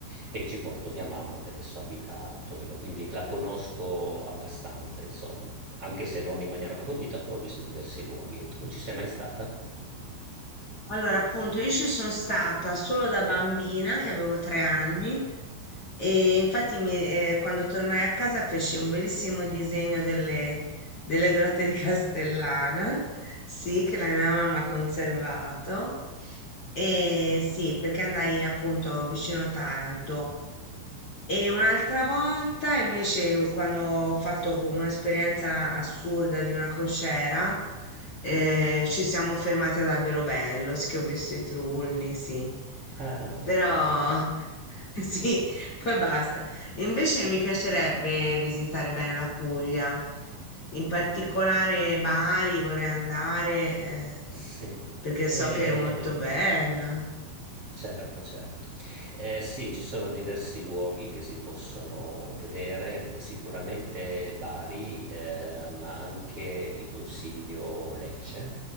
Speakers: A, on the right; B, on the left.
A: E ci porto mia mamma che adesso abita a Torino, quindi la conosco abbastanza, insomma, anche se non in maniera approfondita, però ho visto diversi luoghi. Tu non ci sei mai stata?
B: Allora, appunto, io ci sono stata solo da bambina, che avevo tre anni, e infatti mi- eh, quando tornai a casa feci un bellissimo disegno delle, delle grotte di Castellana, sì, che la mia mamma ha conservato, e sì, perché andai appunto vicino Taranto. E un'altra volta invece quando ho fatto un'esperienza assurda di una crociera, eh, ci siamo fermati ad Alberobello, sì che ho visto i trulli, sì.
A: Ah,
B: Però
A: bello, bello.
B: <laughs> sì, poi basta. Invece mi piacerebbe visitare bene la Puglia, in particolare Bari vorrei andare, eh,
A: Sì,
B: perché
A: ehm,
B: so che è molto bella.
A: certo, certo. Eh, sì, ci sono diversi luoghi che si possono vedere, sicuramente Bari, eh, ma anche ti consiglio Lecce,